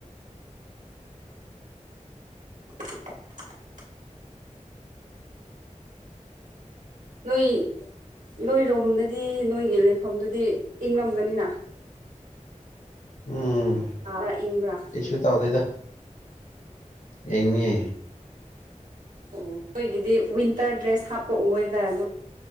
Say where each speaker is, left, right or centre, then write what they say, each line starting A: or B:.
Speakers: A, on the right; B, on the left.
A: <inaudible> ꯅꯣꯏ ꯅꯣꯏꯔꯣꯝꯗꯗꯤ ꯅꯣꯏꯒꯤ ꯂꯩꯐꯝꯗꯨꯗꯤ ꯏꯪꯉꯝꯒꯅꯤꯅ
B: ꯎꯝ
A: ꯁꯥꯕ꯭ꯔꯥ ꯏꯪꯕ꯭ꯔꯥ
B: ꯀꯩꯁꯨ ꯇꯧꯗꯣꯏꯗ ꯑꯦꯉꯦ
A: ꯑꯣ ꯅꯈꯣꯏꯒꯤꯗꯤ ꯋꯤꯟꯇꯔ ꯗ꯭ꯔꯦꯁ ꯍꯥꯞꯄꯛꯑꯣꯗꯔ ꯅ